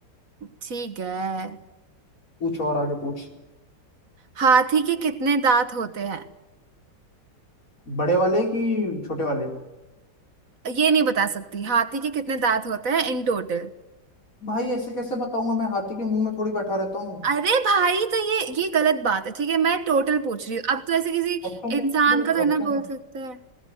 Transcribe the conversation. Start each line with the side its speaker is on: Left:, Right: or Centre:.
Right: ठीक है
Left: पूछ और आगे पूछ
Right: हाथी के कितने दांत होते हैं
Left: बड़े वाले कि छोटे वाले
Right: ये नहीं बता सकती हाथी के कितने दांत होते हैं इन टोटल
Left: भाई ऐसे कैसे बताऊंगा मैं हाथी के मुंह में थोड़ी बैठा रहता हूँ
Right: अरे भाई तो ये ये गलत बात है ठीक है मैं टोटल पूछ रही हूँ अब तो ऐसे किसी
Left: ऑप्शन
Right: इंसान
Left: तो दे
Right: का तो
Left: ऑप्शन
Right: ना बोल सकते हैं